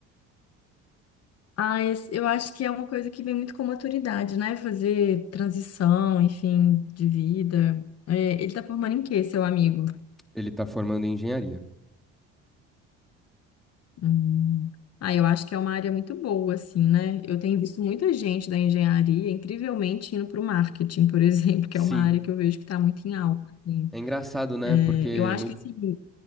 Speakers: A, on the left (about 55°); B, in the centre.
A: Ah, es- eu acho que é uma coisa que vem muito com maturidade, né? Fazer transição, enfim, de vida. É, ele tá formando em quê, seu amigo?
B: Ele está formando em engenharia.
A: Hum. Ah, eu acho que é uma área muito boa, assim, né? Eu tenho visto muita gente da engenharia, incrivelmente, indo para o marketing, por exemplo,
B: Sim,
A: <laughs> que é uma área que eu vejo que está muito em alta. assim.
B: é engraçado, né? Porque
A: É, eu acho
B: muito...
A: que, assim,